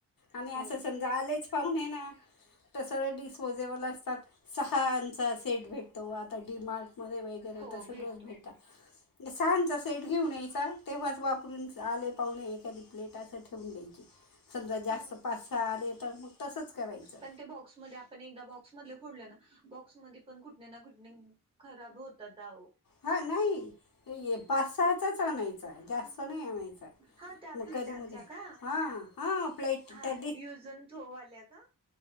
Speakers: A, on the left; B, on the right.
A: आणि असं
B: हो.
A: समजा आलेच आव नि ना त सळं डिसोजेल असतात. सहांचं अस एट भेटतो व आता डी मार्ट मध्ये वगैरे
B: हो
A: तसगळं
B: भेटतो
A: भेटता. सानचा सेट घेऊन यायचा तेव्हाच वापरून आले पाहुणे एखादी प्लेट असं ठेवून द्याय समजा जास्त
B: हा
A: पाच सहा आले तर मग तसंच करायचं
B: पण ते बॉक्समध्ये आपण एकदा बॉक्स मदले फोडलं ना, बाॅक्स मदी पण कुठन ना कुठने खराब होतात आओ.
A: हा नाही पाच सात त्याच आणायचं आहे जास्त
B: हम्म
A: नाही आणायचं आहे
B: हा त्या
A: मग
B: प्लेटांचा
A: कधीमध्ये
B: का
A: हा हा प्लेट
B: हा
A: त्या
B: युजन ोऊ आल्या का